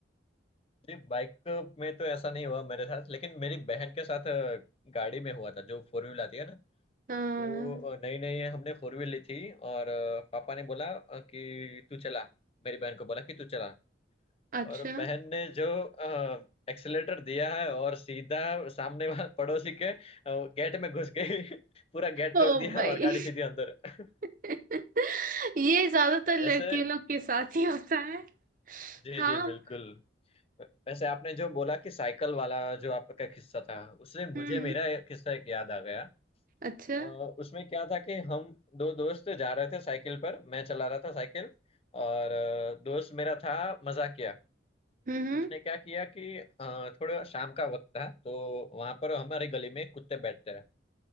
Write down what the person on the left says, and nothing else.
जी बाइक में तो ऐसा नहीं हुआ मेरे साथ लेकिन मेरी बहन के साथ अ, गाड़ी में हुआ था जो फोर व्हील आती है ना
तो नई नई हमने फोर व्हील ली थी और अ, पापा ने बोला अ, कि तू चला मेरी बहन को बोला कि तू चला
और बहन ने जो एक्सेलेटर दिया है और सीधा सामने वाले पड़ोसी के गेट में घुस गई <laughs> पूरा गेट
तोड़ दिया
और गाड़ी सीधी अंदर <laughs>
वैसे
जी
जी बिल्कुल वैसे आपने जो बोला कि साइकिल वाला जो आपका किस्सा था उससे मुझे
मेरा एक किस्सा एक याद आ गया
अ, उसमें क्या था कि हम दो दोस्त जा रहे थे साइकिल पर मैं चला रहा था साइकिल और अ, दोस्त मेरा था मजाकिया
उसने क्या किया कि अ, थोड़ा शाम का वक्त था तो वहां पर हमारे गली में कुत्ते बैठते हैं